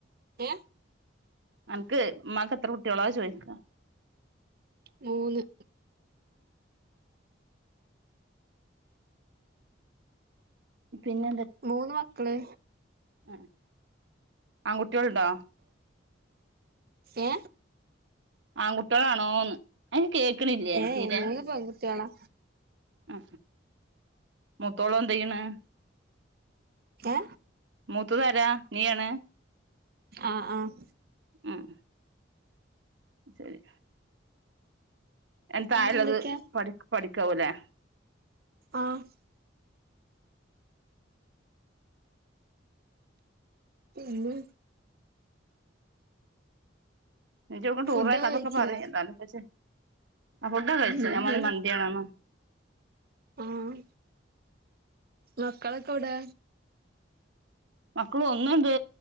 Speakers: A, on the right; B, on the right.
A: ഏ
B: എനക്ക് ഉമാക്ക് എത്ര കുട്ടികളോോ ചോദിക്ക
A: മൂന്ന്.
B: പിന്നെ
A: മൂന്ന് മക്കള്.
B: ഉ ആൺകുട്ടികള്ഇണ്ട.
A: ഏ
B: ആകുട്ടികളാണോന്ന് അനക്ക് കേൾക്ക്ണില്ലേ
A: ഏ
B: തീരെ.
A: മൂന്ന് പെൺകുട്ടികളാ
B: ആ മൂത്തോള് എന്ത് ചെയ്യണ്.
A: ഏ
B: മൂത്തത് ആരാ നീയാണ്.
A: ആഹ ആഹ്
B: ഉം ശരി. അതിന്
A: പിന്നെ
B: തായള്ളത്
A: എന്തൊക്കെയാ
B: പഠി പഠിക്കാവൂല്ലേ
A: ആഹ് പിന്നെ
B: <unintelligible> ടൂറ്
A: ഫുഡ്
B: പോയ കതൊക്കെ
A: കഴിച്ചില്ല
B: പറഞ്ഞ എന്താല പച്ചേ ആഹ് ഫുഡൊ കഴിച്ച
A: ഞങ്ങള്
B: ഞാ മന്തിയാണോ
A: ആഹ് മക്കളൊക്കെ എവിടെ
B: മക്കള് ഒന്നണ്ട്